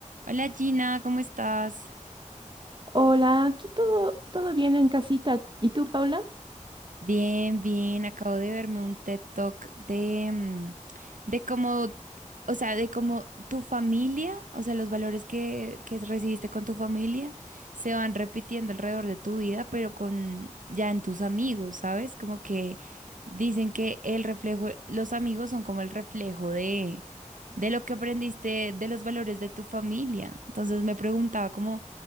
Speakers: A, on the right; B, on the right.
A: Hola Gina, ¿cómo estás?
B: Hola, aquí todo, todo bien en casita. ¿Y tú, Paula?
A: Bien, bien, acabo de verme un TED Talk de, mm, de cómo, o sea, de cómo tu familia, o sea, los valores que, que recibiste con tu familia se van repitiendo alrededor de tu vida, pero con ya en tus amigos, ¿sabes? Como que dicen que el reflejo, los amigos son como el reflejo de, de lo que aprendiste, de los valores de tu familia. Entonces me preguntaba cómo